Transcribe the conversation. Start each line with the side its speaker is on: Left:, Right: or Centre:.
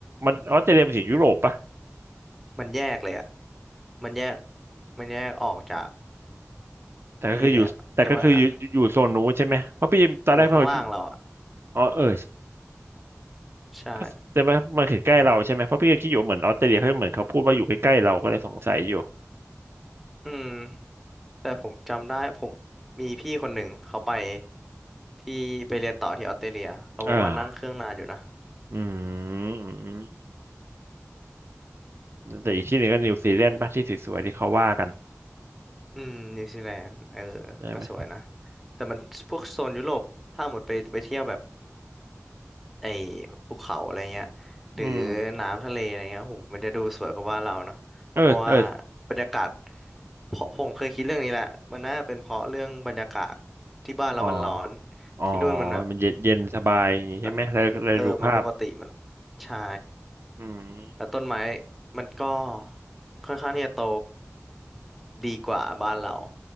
Right: มันออสเตรเลียมันอยู่ยุโรปปะ
Centre: มันแยกเลยอ่ะมันแยกมันแยกออกจาก
Right: แต่ก็คืออยู่แต่ก็คืออยู่อยู่โซนนู้นใช่ไหมเพราะพี่ตอนแรกพอพี่
Centre: ไอ้นี่เลยอ่ะเรียกว่าอะไรนะอยู่ข้างล่างเราอ่ะ
Right: อ๋อเออ
Centre: ใช่
Right: ก็แต่มันมันคือใกล้เราใช่ไหมเพราะพี่ก็คิดอยู่ว่าเหมือนออสเตรเลียเขาเหมือนเขาพูดว่าอยู่ใกล้ๆเราก็เลยสงสัยอยู่
Centre: อืมแต่ผมจำได้ผมมีพี่คนหนึ่งเขาไปที่ไปเรียนต่อที่ออสเตรเลียเขาบอกว่านั่งเครื่องนานอยู่นะ
Right: อ่าอืมอืมอืมแต่อีกที่หนึ่งก็นิวซีแลนด์ป่ะที่สวยๆที่เขาว่ากัน
Centre: อืมนิวซีแลนด์เออ
Right: ใช่ไหม
Centre: ก็สวยนะแต่มันพวกโซนยุโรปถ้าหมดไปไปเที่ยวแบบ ไอ้ภูเขาอะไรเงี้ยหรือ
Right: อืม
Centre: น้ำทะเลอะไรเงี้ยโหมันจะดูสวยกว่าบ้านเราเนาะเพราะว่า
Right: เออเออ
Centre: บรรยากาศเพราะผมเคยคิดเรื่องนี้แหละมันน่าเป็นเพราะเรื่องบรรยากาศที่บ้านเรามันร้อน
Right: อ๋ออ๋อ
Centre: ที่นู่นมันแบบ
Right: มันเย็นเย็นสบายอย่างงี้ใช่ไหมเลยเลยดูภาพ
Centre: มันเออมันปกติมันใช่
Right: อืม
Centre: แล้วต้นไม้มันก็ค่อนข้างที่จะโตดีกว่าบ้านเรา